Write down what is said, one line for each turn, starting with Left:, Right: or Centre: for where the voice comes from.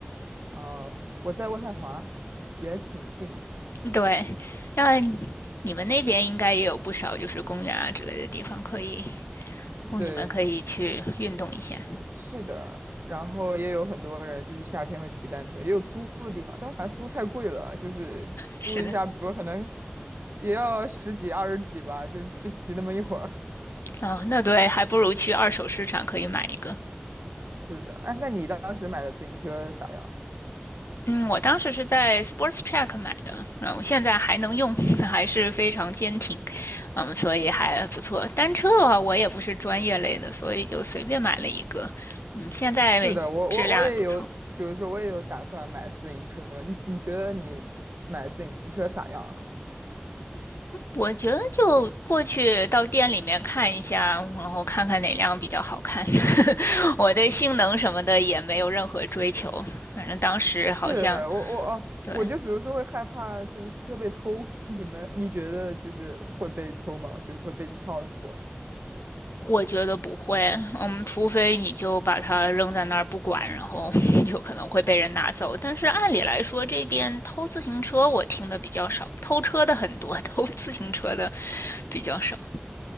Right: 啊？我在渥太华，也挺近的。
Left: 对，那你们那边应该也有不少就是公园啊之类的地方可以供你们可以去运动一下。
Right: 对，是的，然后也有很多人就是夏天会骑单车，也有租的地方，但我感觉租太贵了，就是租一下，
Left: 是的，
Right: 比如说可能也要十几二十几吧，就就骑那么一会儿。
Left: 哦，那对，还不如去二手市场可以买一个。
Right: 是的，哎，那你当时买的自行车咋样？
Left: 嗯，我当时是在 Sports Track 买的，嗯、呃我现在还能用，<laughs> 还是非常坚挺，嗯，所以还不错。单车啊，我也不是专业类的，所以就随便买了一个，嗯，现在质量也不错。
Right: 是的，我我我也有，比如说我也有打算买自行车，你你觉得你买自行车咋样？
Left: 我觉得就过去到店里面看一下，然后看看哪辆比较好看。<laughs> 我对性能什么的也没有任何追求，反正当时好像
Right: 是我我哦，
Left: 对，
Right: 我就比如说会害怕自行车被偷，你们你觉得就是会被偷吗？就是会被撬锁？什么？
Left: 我觉得不会，嗯，除非你就把它扔在那儿不管，然后 <laughs> 有可能会被人拿走。但是按理来说，这边偷自行车我听的比较少，偷车的很多，<laughs> 偷自行车的比较少。